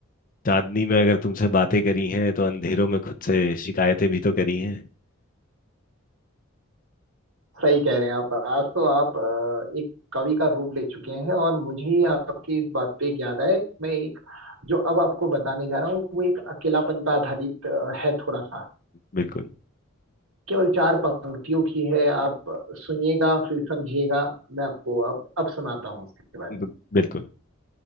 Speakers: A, on the left; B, on the right.
A: चांदनी में अगर तुमसे बातें करी हैं तो अंधेरों में खुद से शिकायतें भी तो करी हैं
B: सही कह रहे हैं आप आज तो आप अ, एक कवि का रूप ले चुके हैं और मुझे ही आपकी इस बात पे एक याद आए मैं एक जो अब आपको बताने जा रहा हूँ वो एक अकेलापन पर आधारित अ, है थोड़ा सा
A: बिल्कुल
B: केवल चार पंक्तियों की है आप सुनिएगा फिर समझिएगा मैं आपको अब अब सुनाता हूँ उसके बारे
A: ब-
B: में
A: बिल्कुल